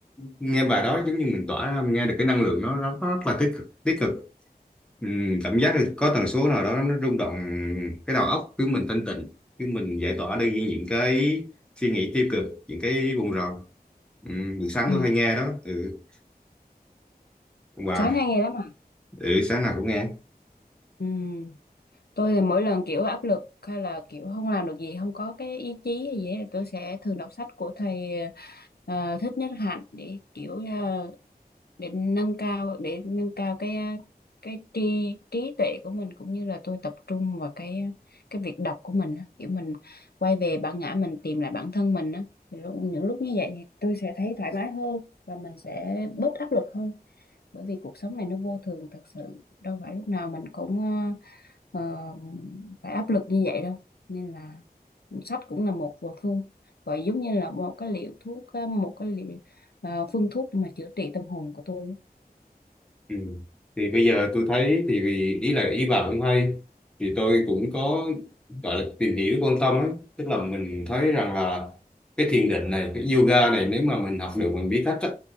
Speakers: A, in the centre; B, on the left.
A: nghe bài đó giống như mình tỏa ra nghe được cái năng lượng nó rất, rất là tích cực tích cực ừ, cảm giác là có tần số nào đó nó rung động cái đầu óc khiến mình thanh tịnh khiến mình giải tỏa đi những cái suy nghĩ tiêu cực những cái buồn rầu ừ, buổi sáng
B: ừ.
A: tôi hay nghe đó ừ còn bà
B: Sáng hay nghe lắm à?
A: ừ sáng nào cũng nghe
B: Ừ. Tôi thì mỗi lần kiểu áp lực hay là kiểu không làm được gì không có cái ý chí hay gì hết, thì tôi sẽ thường đọc sách của thầy ờ, Thích Nhất Hạnh để kiểu ờ, để nâng cao để nâng cao cái à, cái trí trí tuệ của mình cũng như là tôi tập trung vào cái à, cái việc đọc của mình á kiểu mình quay về bản ngã mình tìm lại bản thân mình á thì lúc, những lúc như vậy thì tôi sẽ thấy thoải mái hơn và mình sẽ bớt áp lực hơn bởi vì cuộc sống này nó vô thường thật sự đâu phải lúc nào mình cũng ờ, ờ, phải áp lực như vậy đâu nên là sách cũng là một phương gọi giống như là một cái liệu thuốc ờ, một cái liệu ờ, phương thuốc để mà chữa trị tâm hồn của tôi á.
A: Ừ. Thì bây giờ tôi thấy thì vì- ý là ý bà cũng hay thì tôi cũng có gọi là tìm hiểu quan tâm ấy tức là mình thấy rằng là cái thiền định này cái yoga này nếu mà mình học được mình biết cách á,